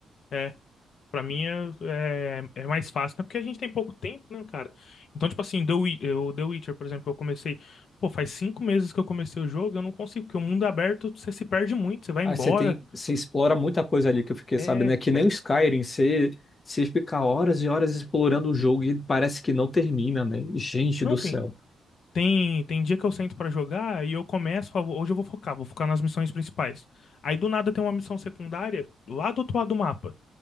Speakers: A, on the left; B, on the left.
A: É. Pra mim é, é, é mais fácil, né? Porque a gente tem pouco tempo, né, cara? Então, tipo assim, The, Wi- eu- The Witcher, por exemplo, que eu comecei. Pô, faz cinco meses que eu comecei o jogo, eu não consigo, porque o mundo aberto você se perde muito, você vai
B: Aí
A: embora.
B: você tem. Você explora muita coisa ali que eu fiquei
A: É.
B: sabendo. É que nem o Skyrim, você, você fica horas e horas explorando o jogo e parece que não termina, né? Gente
A: Não,
B: do
A: tem.
B: céu.
A: Tem, tem dia que eu sento pra jogar e eu começo, falo, hoje eu vou focar, vou focar nas missões principais. Aí do nada tem uma missão secundária lá do outro lado do mapa.